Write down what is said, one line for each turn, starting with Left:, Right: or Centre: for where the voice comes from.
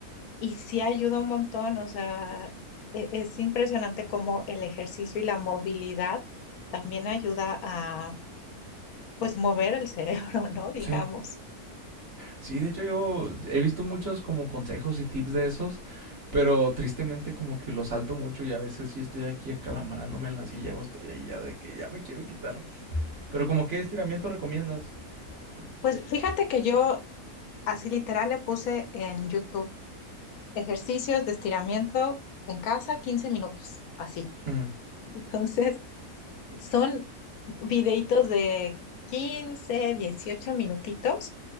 Left: y sí ayuda un montón. O sea, e- es impresionante cómo el ejercicio y la movilidad también ayuda a pues mover el cerebro, <laughs> ¿no? Digamos.
Right: Sí. Sí, de hecho yo he visto muchos como consejos y tips de esos, pero tristemente como que los salto mucho y a veces sí estoy aquí acalambrándome en la silla o estoy ahí ya de que ya me quiero quitar. Pero como qué estiramiento recomiendas? O-
Left: Pues
Right: Así.
Left: fíjate que yo Así literal le puse en YouTube ejercicios de estiramiento en casa 15 minutos, así.
Right: Mm,
Left: Entonces, son videitos de 15, 18 minutitos,